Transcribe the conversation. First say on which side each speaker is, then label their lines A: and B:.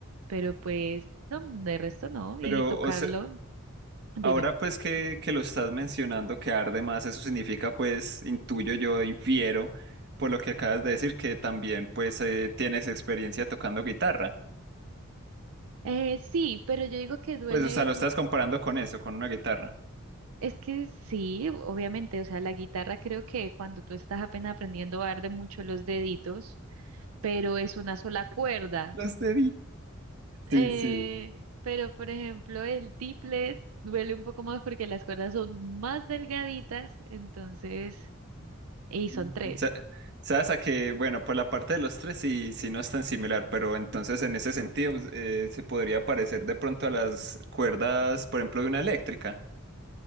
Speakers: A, on the right; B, on the right.
A: Pero pues, no, de resto no.
B: Pero
A: Y tocarlo,
B: o sea,
A: dime.
B: ahora pues que, que lo estás mencionando que arde más, eso significa pues, intuyo yo, infiero, por lo que acabas de decir, que también pues eh, tienes experiencia tocando guitarra.
A: Eh, sí, pero yo digo que duele
B: Pues o sea, lo estás comparando con eso, con una guitarra.
A: Es que sí, obviamente, o sea, la guitarra creo que cuando tú estás apenas aprendiendo arde mucho los deditos, pero es una sola cuerda.
B: Los de
A: Eh,
B: Sí, sí.
A: pero, por ejemplo, el tiple duele un poco más porque las cuerdas son más delgaditas, entonces, y
B: Mm.
A: son tres.
B: Sa- Sabes a que, bueno, por la parte de los tres sí, sí no es tan similar, pero entonces en ese sentido pues, eh, se podría parecer de pronto a las cuerdas, por ejemplo, de una eléctrica.